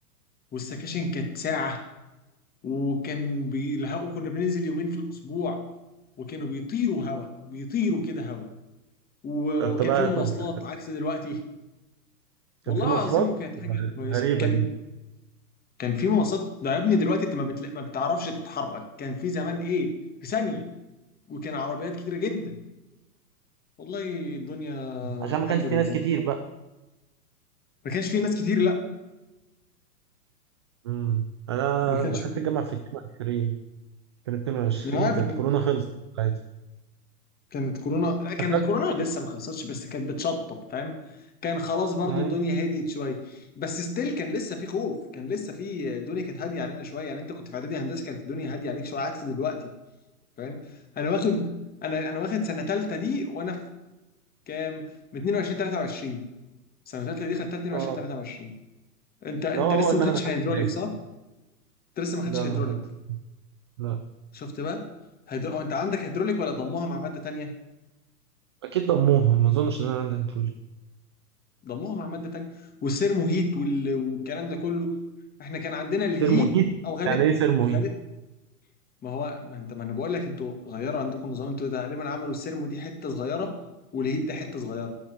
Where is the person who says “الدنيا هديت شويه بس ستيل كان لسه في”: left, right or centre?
Left